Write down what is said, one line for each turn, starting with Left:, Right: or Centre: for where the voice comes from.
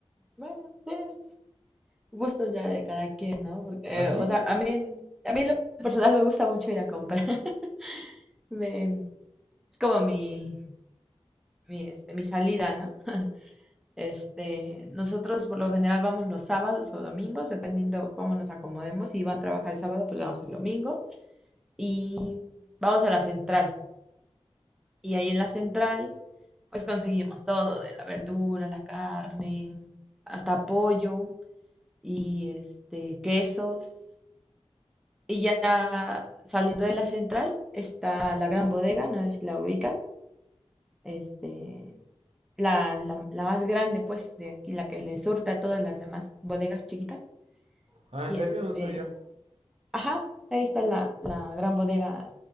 Centre: Bueno, sí, es gustos ya de cada quien, ¿no? Porque,
Right: ¿A
Centre: eh,
Right: ti?
Centre: o sea, a mí, en- a mí en lo personal me gusta mucho ir a comprar. <laughs> Me- es como mi, mi, este, mi salida, ¿no? Este, nosotros por lo general vamos los sábados o domingos, dependiendo cómo nos acomodemos. Si Iván trabaja el sábado, pues vamos el domingo. Y vamos a la central. Y ahí en la central, pues conseguimos todo, de la verdura, la carne, hasta pollo y este, quesos. Y ya saliendo de la central está la gran bodega, no sé si la ubicas, este, la, la, la más grande, pues, de aquí, la que le surta a todas las demás bodegas chiquitas.
Right: Ah,
Centre: Y
Right: ¿en serio?
Centre: este,
Right: No sabía.
Centre: ajá, ahí está la, la gran bodega,